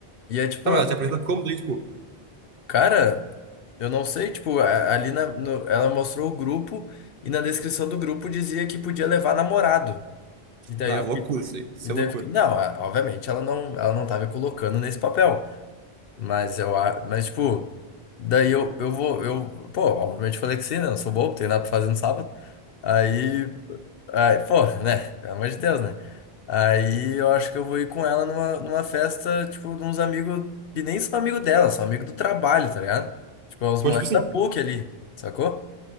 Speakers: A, on the left; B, on the right.
A: E é tipo,
B: Tá, mas
A: é
B: ela te apresenta como daí, tipo.
A: Cara, eu não sei, tipo, a- ali na, no- ela mostrou o grupo e na descrição do grupo dizia que podia levar namorado. E daí
B: Na,
A: eu
B: loucura
A: fiquei,
B: isso aí. Isso
A: e daí
B: é loucura.
A: eu fiquei, não, a- obviamente ela não, ela não tá me colocando nesse papel, mas eu, a- mas tipo, daí eu, eu vou, eu, pô, obviamente falei que sim, né? Não sou bobo, tenho nada pra fazer no sábado. Aí Aí, pô, né? Pelo amor de Deus, né? Aí eu acho que eu vou ir com ela numa, numa festa, tipo, de uns amigos que nem são amigo dela, são amigo do trabalho, tá ligado? Tipo, é os
B: Pô,
A: moleques
B: tipo assim,
A: da PUC ali, sacou?